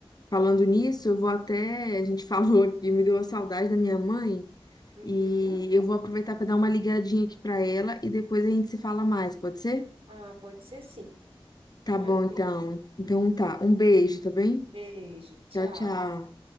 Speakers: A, on the left; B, on the right.
A: Falando nisso, eu vou até. A gente <laughs> falou aqui, me deu a saudade da minha mãe.
B: Uhum.
A: E eu vou aproveitar para dar uma ligadinha aqui para ela e depois a gente se fala mais, pode ser?
B: Ah, pode ser sim,
A: Tá
B: tranquilo.
A: bom, então. Então tá. Um beijo, tá bem?
B: Beijo, tchau.
A: Tchau, tchau.